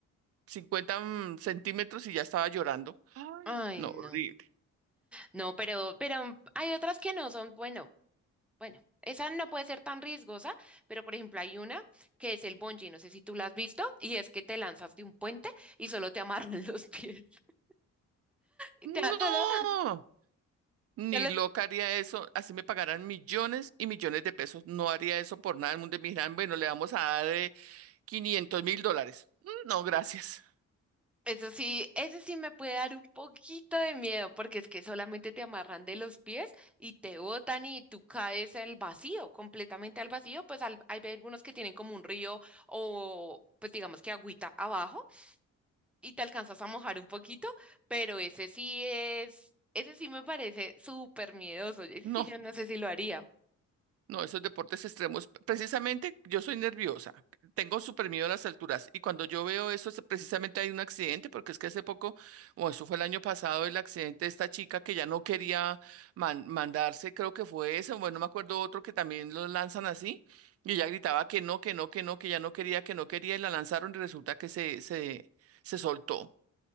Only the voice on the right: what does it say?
50 centímetros y ya estaba llorando
no,
horrible.
No,
ni
loca haría eso. Así me pagarán millones y millones de pesos. No haría eso por nada. El mundo me dirán, bueno, le vamos a dar eh, 500 mil dólares. Mm, No, gracias.
No.
No, esos deportes extremos, precisamente yo soy nerviosa, tengo súper miedo a las alturas y cuando yo veo eso, es- precisamente hay un accidente, porque es que hace poco, o eso fue el año pasado, el accidente de esta chica que ya no quería man- mandarse, creo que fue ese, bueno, no me acuerdo otro que también lo lanzan así y ella gritaba que no, que no, que no, que ya no quería, que no quería y la lanzaron y resulta que se, se, se soltó.